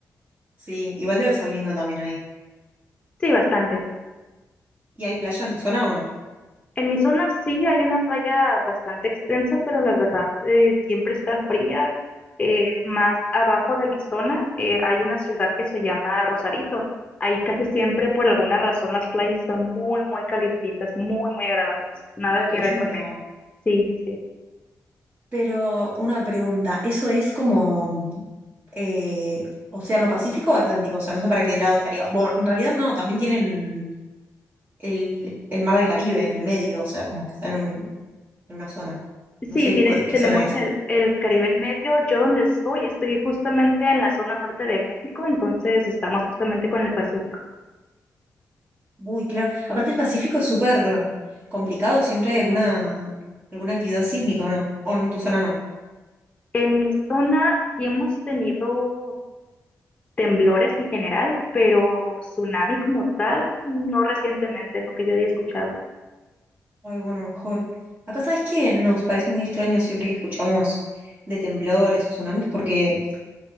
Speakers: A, on the right (about 30°); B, on the left (about 20°).
A: Sí, igual debe ser lindo también ahí.
B: Sí, bastante.
A: ¿Y hay playa en tu zona o no?
B: En mi zona sí hay una playa bastante extensa, pero la verdad eh, siempre está fría. Eh, más abajo de mi zona eh, hay una ciudad que se llama Rosarito. Ahí casi siempre, por alguna razón, las playas están muy, muy calientitas, muy, muy agradables. Nada
A: Ay,
B: que
A: qué lindo.
B: ver conmigo. Sí, sí, sí.
A: Pero una pregunta, ¿eso es como eh, Océano Pacífico o Atlántico? O sea, no sé para qué lado estaría. Bueno, en realidad no, también tienen el, el Mar del Caribe en el medio, o sea, como que está en un, en una zona.
B: Sí,
A: No sé
B: tiene,
A: cu- qué
B: tenemos
A: zona es.
B: el, el Caribe en medio. Yo donde estoy, estoy justamente en la zona norte de México, entonces estamos justamente con el Pacífico.
A: Uy, claro. Aparte el Pacífico es súper complicado, siempre hay alguna, alguna actividad sísmica, ¿o no? ¿O en tu zona no?
B: En mi zona sí hemos tenido temblores en general, pero tsunami como tal, no recientemente, no que yo haya escuchado.
A: Ay, bueno, mejor. Acá sabes que nos parece muy extraño siempre que escuchamos de temblores o tsunamis, porque